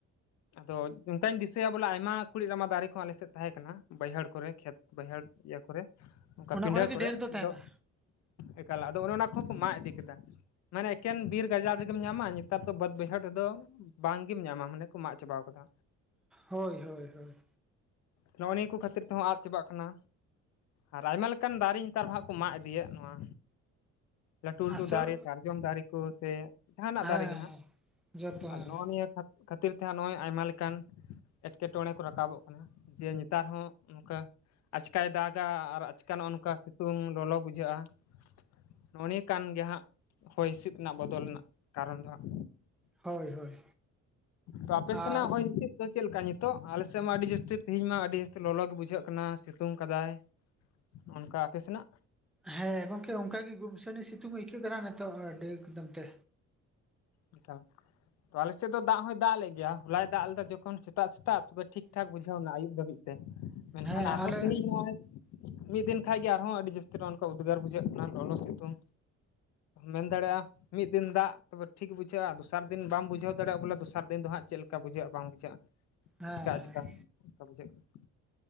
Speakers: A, on the left (about 60°); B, in the centre.
A: ᱟᱫᱚ ᱚᱱᱠᱟᱧ ᱫᱤᱥᱟᱹᱭᱟ ᱵᱚᱞᱮ ᱟᱭᱢᱟ ᱠᱩᱲᱤᱫ ᱨᱟᱢᱟ ᱫᱟᱨᱮ ᱠᱚ ᱟᱞᱮ ᱥᱮᱫ ᱛᱟᱦᱮᱸᱠᱟᱱᱟ᱾ ᱵᱟᱹᱭᱦᱟᱹᱲ ᱠᱚᱨᱮ ᱠᱷᱮᱛ ᱵᱟᱹᱭᱦᱟᱹᱲ ᱤᱭᱟᱹ ᱠᱚᱨᱮ ᱚᱱᱠᱟ
B: ᱚᱱᱟ
A: ᱯᱤᱸᱰᱷᱟᱹ
B: ᱜᱮ
A: ᱠᱚᱨᱮ
B: ᱰᱷᱮᱨ ᱛᱟᱦᱮᱱᱟ
A: ᱫᱚ ᱮᱠᱟᱞᱮ ᱟᱫᱚ ᱚᱱᱟ ᱚᱱᱟ ᱠᱚᱦᱚ ᱠᱚ ᱢᱟᱜ ᱤᱫᱤ ᱠᱮᱫᱟ ᱢᱟᱱᱮ ᱮᱠᱮᱱ ᱵᱤᱨ ᱜᱟᱡᱟᱲ ᱨᱮᱜᱮᱢ ᱧᱟᱢᱟ ᱱᱮᱛᱟᱨ ᱫᱚ ᱵᱟᱹᱫ ᱵᱟᱹᱭᱦᱟᱹᱲ ᱨᱮ ᱫᱚ ᱵᱟᱝ ᱜᱮᱢ ᱧᱟᱢ-ᱟ ᱢᱟᱱᱮ ᱠᱚ ᱢᱟᱜ ᱪᱟᱵᱟᱣ ᱠᱟᱫᱟ
B: ᱦᱳᱭ ᱦᱳᱭ ᱦᱳᱭ
A: ᱱᱚᱜᱼᱚ ᱱᱤᱭᱟᱹ ᱠᱚ ᱠᱷᱟᱹᱛᱤᱨ ᱛᱮ ᱦᱚᱸ ᱟᱫ ᱪᱟᱵᱟᱜ ᱠᱟᱱᱟ ᱟᱨ ᱟᱭᱢᱟ ᱞᱮᱠᱟᱱ ᱫᱟᱨᱮ ᱱᱮᱛᱟᱨ ᱫᱚ ᱦᱟᱸᱜ ᱠᱚ ᱢᱟᱜ ᱤᱫᱤᱭᱮᱫ ᱱᱚᱣᱟ ᱞᱟᱹᱴᱩ
B: ᱟᱥᱚᱞ
A: ᱞᱟᱹᱴᱩ ᱫᱟᱨᱮ ᱥᱟᱨᱡᱚᱢ ᱫᱟᱨᱮ ᱠᱚ ᱥᱮ ᱡᱟᱦᱟᱱᱟᱜ
B: ᱦᱮᱸ
A: ᱫᱟᱨᱮ ᱜᱮ ᱦᱟᱸᱜ
B: ᱦᱮᱸ ᱡᱚᱛᱚ ᱦᱮᱸ
A: ᱟᱫᱚ ᱱᱚᱜᱼᱚᱭ ᱱᱤᱭᱟᱹ ᱠᱷ ᱠᱷᱟᱹᱛᱤᱨ ᱛᱮᱦᱟᱸᱜ ᱱᱚᱜᱚᱭ ᱟᱭᱢᱟ ᱞᱮᱠᱟᱱ ᱮᱴᱠᱮᱴᱚᱬᱮ ᱠᱚ ᱨᱟᱠᱟᱵᱚᱜ ᱠᱟᱱᱟ ᱡᱮ ᱱᱮᱛᱟᱨ ᱦᱚᱸ ᱱᱚᱝᱠᱟ ᱟᱪᱠᱟᱭ ᱫᱟᱜᱟ ᱟᱨ ᱟᱪᱠᱟ ᱱᱚ ᱱᱚᱝᱠᱟ ᱥᱤᱛᱩᱝ ᱞᱚᱞᱚ ᱵᱩᱡᱷᱟᱹᱜᱼᱟ ᱱᱚᱜᱼᱚ ᱱᱤᱭᱟᱹ ᱠᱟᱱ ᱜᱮ ᱦᱟᱸᱜ ᱦᱚᱭ ᱦᱤᱸᱥᱤᱫ ᱨᱮᱱᱟᱜ ᱵᱚᱫᱚᱞ ᱨᱮᱱᱟᱜ ᱠᱟᱨᱚᱱ ᱫᱚ ᱦᱟᱸᱜ
B: ᱦᱳᱭ ᱦᱳᱭ
A: ᱛᱚ ᱟᱯᱮ ᱥᱮᱱᱟᱜ
B: ᱟᱨ
A: ᱦᱚᱸᱭ ᱦᱤᱥᱤᱫ ᱱᱤᱛ ᱫᱚ ᱪᱮᱫᱠᱟ ᱱᱤᱛᱚᱜ ᱟᱞᱮᱮᱥᱮᱫ ᱢᱟ ᱟᱹᱰᱤ ᱡᱟᱹᱥᱛᱤ ᱛᱮᱦᱮᱧ ᱢᱟ ᱟᱹᱰᱤ ᱡᱟᱹᱥᱛᱤ ᱞᱚᱞᱚ ᱜᱮ ᱵᱩᱡᱷᱟᱹᱜ ᱠᱟᱱᱟ ᱥᱤᱛᱩᱝ ᱠᱟᱫᱟᱭ ᱚᱱᱠᱟ ᱟᱯᱮ ᱥᱮᱱᱟᱜ
B: ᱦᱮᱸ ᱜᱚᱝᱠᱮ ᱚᱱᱠᱟᱜ ᱜᱮ ᱜᱩᱢᱴᱟᱹᱱᱤ ᱥᱤᱛᱩᱝ ᱟᱹᱭᱠᱟᱹᱜ ᱠᱟᱱᱟ ᱱᱤᱛᱚᱜ ᱟᱹᱰᱤ ᱮᱠᱫᱚᱢ ᱛᱮ
A: <unintelligible> ᱛᱚ ᱟᱞᱮᱥᱮᱫ ᱫᱟᱜ ᱦᱚᱭ ᱫᱟᱜ ᱞᱮᱫ ᱜᱮᱭᱟ ᱦᱚᱞᱟᱭ ᱫᱟᱜ ᱞᱮᱫᱟ ᱡᱚᱠᱷᱚᱱ ᱥᱮᱛᱟᱜ ᱥᱮᱛᱟᱜ ᱛᱚᱵᱮ ᱴᱷᱤᱠ ᱴᱷᱟᱠ ᱵᱩᱡᱷᱟᱹᱣ ᱮᱱᱟᱭᱩᱵ ᱫᱷᱟᱹᱵᱤᱡ ᱢᱮᱱᱠᱷᱟᱱ
B: ᱦᱮᱸ
A: ᱟᱨᱦᱚᱸ
B: ᱟᱞᱮ
A: ᱛᱮᱦᱤᱧ ᱱᱚᱜᱼᱚᱭ ᱢᱤᱫ ᱫᱤᱱ ᱠᱷᱟᱱ ᱜᱮ ᱟᱨᱦᱚᱸ ᱟᱹᱰᱤ ᱡᱟᱹᱥᱛᱤ ᱱᱚᱠᱟ ᱩᱫᱽᱜᱟᱹᱨ ᱵᱩᱡᱷᱟᱹᱜ ᱠᱟᱱᱟ ᱞᱚᱞᱚ ᱥᱤᱛᱩᱝ ᱢᱮᱱ ᱫᱟᱲᱮᱭᱟᱜᱼᱟ ᱢᱤᱫ ᱫᱤᱱ ᱫᱟᱜ ᱛᱚᱵᱮ ᱴᱷᱤᱠ ᱵᱩᱡᱷᱟᱹᱜᱼᱟ ᱫᱚᱥᱟᱨ ᱫᱤᱱ ᱵᱟᱢ ᱵᱩᱷᱟᱹᱣ ᱫᱟᱲᱮᱼᱟ ᱵᱚᱞᱮ ᱫᱚᱥᱟᱨ ᱫᱤᱱ ᱫᱚ ᱦᱟᱜ ᱪᱮᱫ ᱞᱮᱠᱟ ᱵᱩᱡᱷᱟᱹᱜᱼᱟ ᱵᱟᱝ ᱵᱩᱡᱷᱟᱹᱜᱼᱟ
B: ᱦᱮᱸ
A: ᱟᱪᱠᱟ ᱟᱪᱠᱟ-ᱠᱟ
B: ᱦᱮᱸ
A: ᱵᱩᱡᱷᱟᱹᱜ ᱠᱟᱱᱟ